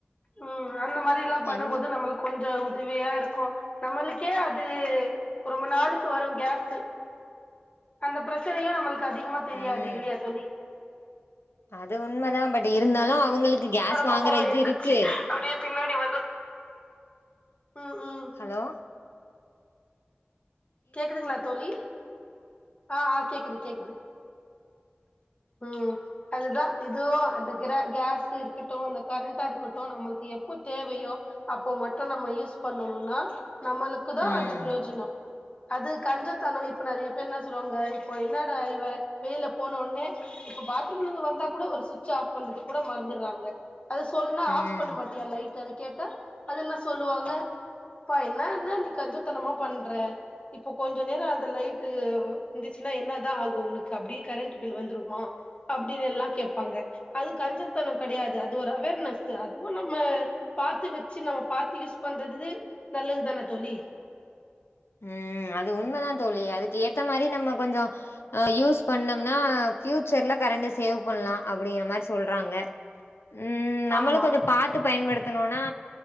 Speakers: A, on the left (about 30°); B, on the left (about 85°).
A: ம் அந்த மாதிரில்லாம் பண்ணும்போது
B: அந்த
A: நம்மளு க்கு கொஞ்சம் உதவியா இருக்கும் நம்மளுக்கே அது ரொம்ப நாளைக்கி வரு கேஸு அந்த பிரச்சனையு நம்மளுக் அதிகமா தெரியாது
B: ம்
A: இல்லையா தோழி
B: அது உண்மைதா பட் இருந்தாலு
A: ம்
B: அவுங்களுக்கு கேஸ்
A: என்னோட பாப்பாவு
B: வாங்குற இது
A: ஏந்துருச்சு
B: இருக்கு
A: அப்டியே பின்னாடி வந்து ம் ம்
B: ஹலோ
A: கேக்குதுங்களா தோழி அ அ கேக்குது கேக்குது ம் அதுதா இதுவோ அந்த கிர கேஸ் இருக்கட்டு இந்த கரண்டா இருக்கட்டு நம்மளுக்கு எப்போ தேவையோ அப்போ மட்டு நம்ம யூஸ் பண்ணனுனா நம்மளுக்கு தா
B: ம்
A: அது பிரயோஜனோ அது கஞ்சத்தன இப்ப நறிய பேர் இன்ன சொல்லுவாங்க இப்போ என்னடா இவ வெளில போன ஒன்னே இப்ப பாத்ரூம்ல இருந்து வந்தா கூட ஒரு சுச் ஆஃப் பண்றது கூட மறந்துற்றாங்க அது சொல்ன்னா
B: ம்
A: ஆஃப் பண்ண மாட்டியா லை ட் அது கேட்ட அது என்ன சொல்லுவாங்க பா இன்னா இன்னா நீ கஞ்சத்தனமா பண்ற இப்போ கொஞ்ச நேர அந்த லைட்டு இந்துச்சின்னா என்னதா ஆகு உனக்கு அப்டியே கரண்ட்டு பில் வந்துருமா அப்டின் எல்லா கேப்பாங்க அது கஞ்சத்தனோ கடையாது அது ஒரு அவேர்னஸு அதுவு நம்ம பாத்து வெச்சி நம்ம பாத்து யூஸ் பண்றதுது நல்லது தான தோழி
B: ம் அது உண்மதா தோழி அதுக்கு ஏத்த மாரி நம்ம கொஞ்சோ அ யூஸ் பண்ணம்னா ஃபியூச்சர்ல கரண்ட்டு சேவ் பண்லா அப்புடிங்கிற மாரி சொல்றாங்க ம் நம்மளு
A: ஆமா
B: கொஞ்ச பாத்து பயன்படுத்தணுனா